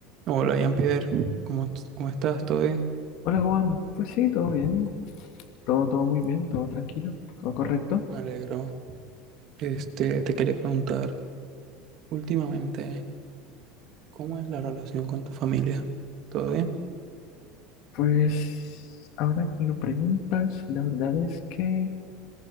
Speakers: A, on the right; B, on the left.
A: No, Hola, Jean-Pierre, ¿cómo, t- cómo estás? ¿Todo bien?
B: Hola Juan, pues sí, todo bien, todo, todo muy bien, todo tranquilo, todo correcto.
A: Me alegro. Este, te quería preguntar, últimamente, ¿cómo es la relación con tu familia? ¿Todo bien?
B: Pues ahora que lo preguntas, la verdad es que